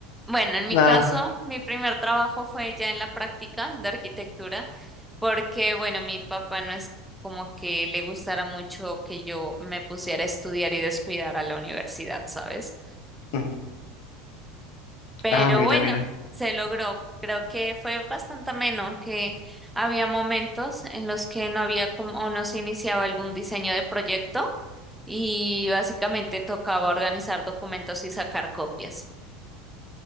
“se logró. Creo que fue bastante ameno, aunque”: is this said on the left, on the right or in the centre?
Centre